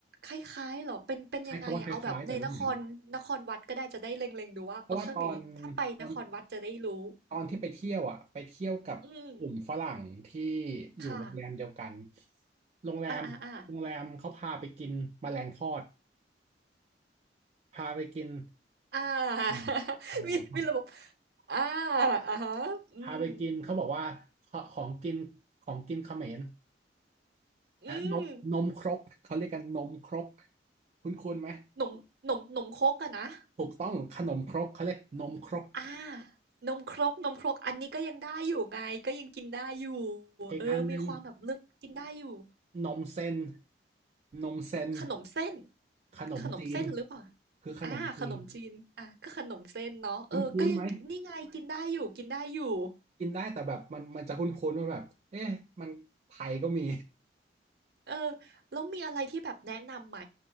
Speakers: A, on the right; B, on the right.
A: คล้ายๆเหรอเป็นเป็นยังไงอะเอาแบบในนครนครวัดก็ได้จะได้เล็งๆดูว่าเอเคถ้าไปนครวัดจะได้รู้
B: ๆใช้คำว่าคล้ายๆแต่ไม่เหมือนเพราะว่าตอนตอนตอนที่ไปเที่ยวอ่ะไปเที่ยวกับกลุ่มฝรั่งที่
A: อืม
B: อยู่โรงแรมเดียวกัน
A: ค่ะ
B: โรงแรมโรงแรมเขาพาไปกินแมลงทอด
A: อาๆๆ
B: พาไปกิน
A: อา <laughs>
B: อืมแมลงทอด
A: มีมีระบบอาอะฮะอืม
B: พาไปกินเขาบอกว่าขของกินของกินเขมร
A: อืม
B: อ่ะนมนมครกเขาเรียกกันนมครกคุ้นๆไหม
A: หนมหนมหนมครกอะนะ
B: ถูกต้องขนมครกเขาเรียกนมครก
A: อานมครก นมครก อันนี้ก็ยังได้อยู่ไงก็ยังกินได้อยู่
B: อีกอันหนึ่ง
A: เออมีความแบบเลือกกินได้อยู่
B: นมเส้นนมเส้น
A: ขนมเส้น
B: ขนมจีน
A: ขนมเส้นหรือเปล่า
B: คือขนมจีน
A: อาขนมจีนอาก็ขนมเส้นเนาะเออก็ยังนี่ไง
B: คุ้นๆไหม
A: กินได้อยู่กินได้อยู่
B: กินได้แต่แบบมันมันจะคุ้นๆว่าแบบเอ๊ะมันไทยก็มี
A: เออแล้วมีอะไรที่แบบแนะนำไหม